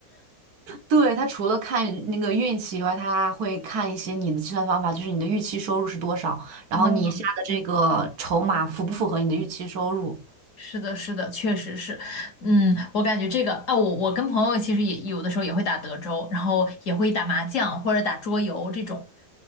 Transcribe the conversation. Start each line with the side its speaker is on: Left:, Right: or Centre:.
Right: 对，它除了看那个运气以外，它会看一些你的计算方法，就是你的预期收入是多少，然后你下的这个筹码符不符合你的预期收入。
Left: 哦，是的，是的，确实是。嗯，我感觉这个，啊，我我跟朋友其实也有的时候也会打德州，然后也会打麻将或者打桌游这种。